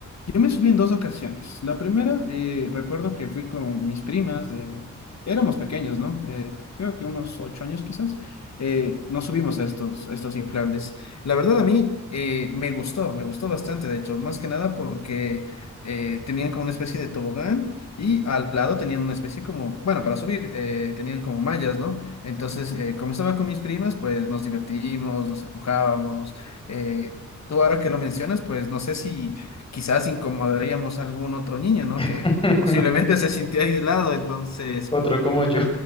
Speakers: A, on the left; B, on the left.
A: yo me subí en dos ocasiones. La primera, eh, recuerdo que fui con mis primas de... Éramos pequeños, ¿no? Eh, creo que unos ocho años quizás. Eh, nos subimos a estos, a estos inflables. La verdad a mí eh, me gustó, me gustó bastante, de hecho, más que nada porque eh, tenían como una especie de tobogán y al lado tenían una especie como, bueno, para subir, eh, tenían como mallas, ¿no? Entonces, eh, como estaba con mis primas, pues nos divertimos, nos empujábamos. eh, Tú ahora que lo mencionas, pues no sé si quizás incomodaríamos a algún otro niño, ¿no?
B: <laughs>
A: Que posiblemente se sintiera aislado, entonces
B: Otro como yo.